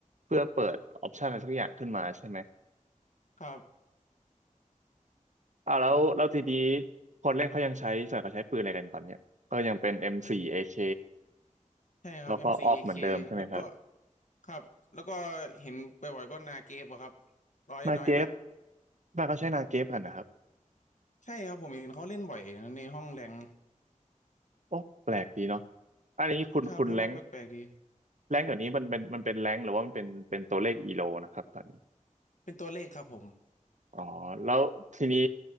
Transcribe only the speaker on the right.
เพื่อเปิดออปชันอะไรสักอย่างขึ้นมาใช่ไหม
อ่าแล้วแล้วทีนี้คนเล่นเขายังใช้ส่วนใหญ่เขาใช้ปืนอะไรกันตอนเนี้ยก็ยังเป็น M4 AK
แล้วก็ออกเหมือนเดิมใช่ไหมครับ
นาเกฟบ้านเขาใช้นาเกฟกันนะครับ
โอ้แปลกดีเนาะอันนี้คุณคุณแรง
แรงเดี๋ยวนี้มันเป็นมันเป็นแรงหรือว่ามันเป็นเป็นตัวเลขอีโลนะครับตอนนี้
อ๋อแล้วทีนี้